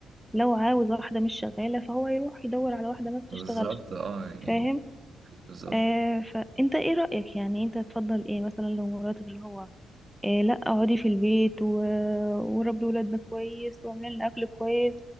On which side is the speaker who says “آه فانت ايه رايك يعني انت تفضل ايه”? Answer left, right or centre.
Centre